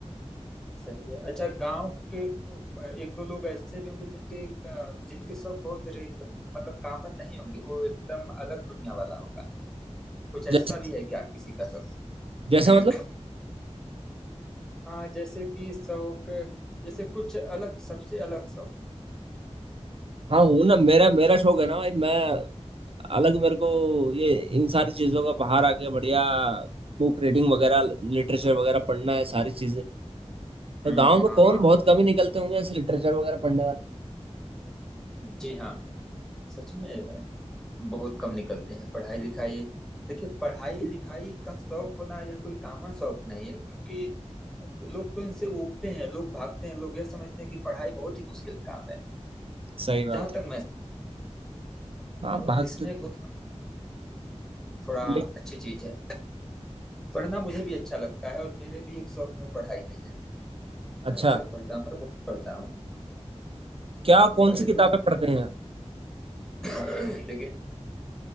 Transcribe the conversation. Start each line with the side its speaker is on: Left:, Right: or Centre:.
Centre: सही है अच्छा गांव के को- एक दो लोग ऐसे भी होंगे जिनके अ, जिनके शौक बहुत रेक मतलब कॉमन नहीं होंगे वो एकदम अलग दुनिया वाला होगा कुछ
Right: जैसे
Centre: ऐसा भी है क्या किसी का शौक
Right: जैसा
Centre: <clears throat>
Right: मतलब
Centre: हाँ जैसे कि शौक जैसे कुछ अलग सबसे अलग शौक
Right: हाँ हूँ ना मेरा मेरा शौक है ना भाई मैं अलग मेरे को ये इन सारी चीजों का बाहर आके बढ़िया बुक रीडिंग वगैरह लिटरेचर वगैरह पढ़ना है सारी चीजें तो
Centre: हम्म
Right: गांव में
Centre: हाँ
Right: कौन
Centre: हाँ
Right: बहुत कम ही निकलते होंगे ऐसे लिटरेचर वगैरह पढ़ने वाले
Centre: जी हाँ सच में बहुत कम निकलते हैं पढ़ाई लिखाई देखिए पढ़ाई लिखाई का शौक होना यह कोई कॉमन शौक नहीं है क्योंकि लोग तो इनसे उबते हैं लोग भागते हैं लोग यह समझते हैं कि पढ़ाई बहुत ही मुश्किल काम है
Right: सही बात
Centre: जहां
Right: है
Centre: तक मैं
Right: हाँ
Centre: और
Right: भागते
Centre: इसमें घुसना थोड़ा
Right: ले-
Centre: अच्छी चीज है पढ़ना मुझे भी अच्छा लगता है और मेरे भी एक शौक में पढ़ाई है मैं
Right: अच्छा
Centre: अक्सर पढ़ता हूँ मैं बहुत पढ़ता हूँ
Right: क्या कौन
Centre: पहले
Right: सी किताबें
Centre: तो मैं
Right: पढ़ते हैं आप?
Centre: <coughs> <clears throat> लेकिन